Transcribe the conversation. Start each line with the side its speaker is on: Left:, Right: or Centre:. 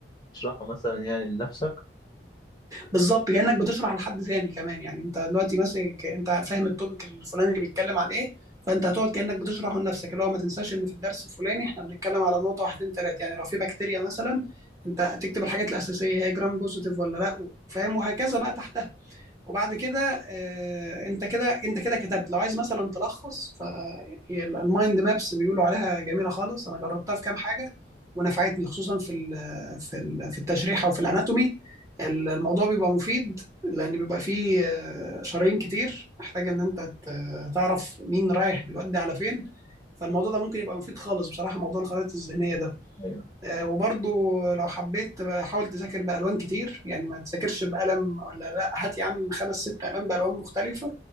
Left: تشرحه مثلا يعني لنفسك
Right: بالظبط كانك بتشرح لحد ثاني كمان يعني انت دلوقتي ماسك انت فاهم التوبيك الفلاني بيتكلم عن ايه فانت هتقعد كانك بتشرحه لنفسك اللي هو ما تنساش ان في الدرس الفلاني احنا بنتكلم على نقطه واحدين ثلاثه يعني لو في بكتيريا مثلا انت هتكتب الحاجات الاساسيه هي جرام بوزيتيف ولا لا فاهم وهكذا بقى تحت وبعد كده آه، انت كده انت كده كتبت لو عايز مثلا تلخص فالمايند مابس بيقولوا عليها جميله خالص انا جربتها في كام حاجه ونفعتني خصوصا في ال في ال في التشريح او في الاناتومي ال- الموضوع بيبقى مفيد لان بيبقى فيه آه، شرايين كتير محتاج ان انت ت- تعرف مين رايح بيودي على فين فالموضوع ده ممكن يبقى مفيد خالص بصراحه موضوع الخرائط الذهنيه ده
Left: ايوه
Right: آه، وبرضو لو حبيت بقى حاول تذاكر بألوان كتير يعني ما تذاكرش بقلم ولا لا هات يا عم خمس ست ألوان بألوان مختلفة